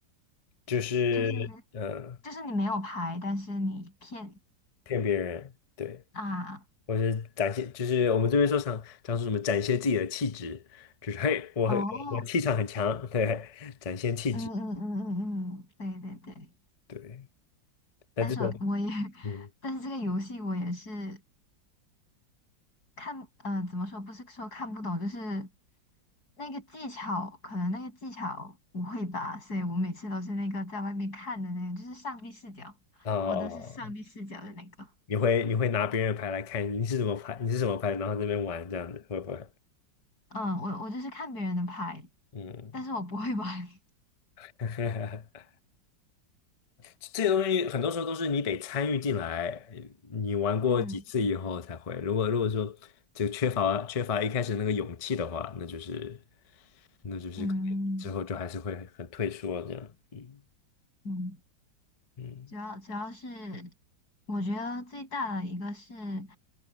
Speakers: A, on the left; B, on the left.
A: 就是呃，
B: 就是就是你没有牌，但是你骗
A: 骗别人，对，
B: 啊，
A: 或者是展现，就是我们这边说常常说什么展现自己的气质，就是嘿，我很我气场很强，
B: 哦，
A: 对，展现气质，
B: 嗯嗯嗯嗯嗯，对对对，
A: 对。那这种，
B: 但是我我也。<laughs>
A: 嗯，
B: 但是这个游戏我也是，看，呃，怎么说？不是说看不懂，就是那个技巧，可能那个技巧不会吧，所以我每次都是那个在外面看的那个，就是上帝视角，
A: 哦，
B: 我都是上帝视角的那个。
A: 你会你会拿别人的牌来看你是怎么牌，你是怎么牌，然后这边玩这样子，会不会？
B: 嗯，我我就是看别人的牌，
A: 嗯，
B: 但是我不会玩。<laughs>
A: <laughs> 这些东西很多时候都是你得参与进来，你玩过几次以后才会。
B: 嗯
A: 如果如果说就缺乏缺乏一开始那个勇气的话，那就是。那就是可能之后就还是会很退缩这样，
B: 嗯
A: 嗯
B: 嗯。
A: 嗯，
B: 主要主要是，我觉得最大的一个是